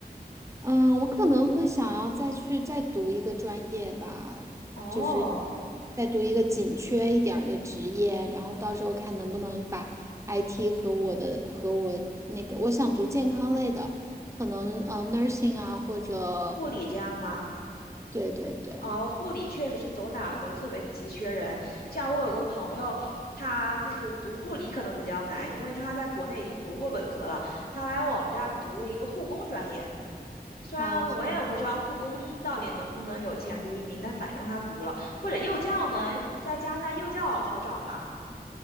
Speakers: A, on the right; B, on the left.
A: 嗯，我可能会想要再去再读一个专业吧，
B: 哦，
A: 就是再读一个紧缺一点儿的职业，然后到时候看能不能把 IT 和我的和我那个我想读健康类的，可能呃 nursing 啊或者
B: 护理这样吗？
A: 对对对
B: 哦，护理确实是走哪儿都特别急缺人。像我有个朋友，他就是读护理可能比较难，因为他在国内已经读过本科了，他来我们这儿读了一个护工专业。虽然我也不知道护工到底能不能有前途移民，
A: 啊
B: 但反正他读了。或者幼教呢，在加拿大幼教好找吗？